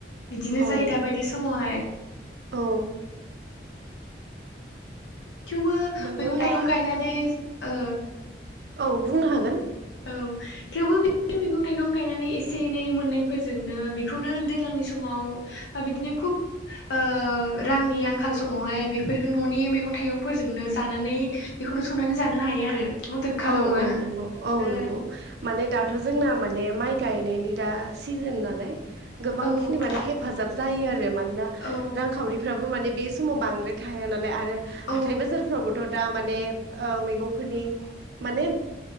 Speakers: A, on the left (about 75°); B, on the right (about 65°).
A: बिदिनो
B: औ
A: जायो दाबायदि समावहाय।
B: औ।
A: थेवबो
B: नोंगौ
A: मैगं थाइगं
B: दा
A: गायनानै ओ
B: औ बुंनो हागोन।
A: औ थेवबो मैगं थाइगं गायनानै एसे एनै मोननायफोरजोंनो बेखौनो दैज्लांनि समाव बा बिदिनो खुब ओ रांनि आंखाल समावहाय बेफोर न'नि मैगं थाइगंफोरजोंनो जानानै बेखौनो संनानै जानो हायो आरो मदद खालामो।
B: औ औ नंगौ औ
A: ओ
B: नंगौ माने दाथ' जोंना माने माइ गायनायनि दा सिजन नालाय गोबांखिनि
A: औ
B: माने हेफाजाब जायो आरो मानोना
A: औ
B: रांखावरिफ्राबो माने बे समाव बांद्राय थाया नालाय आरो
A: औ
B: हाथाय बाजारफ्रावबोथ' दा माने ओ मैगंफोरनि माने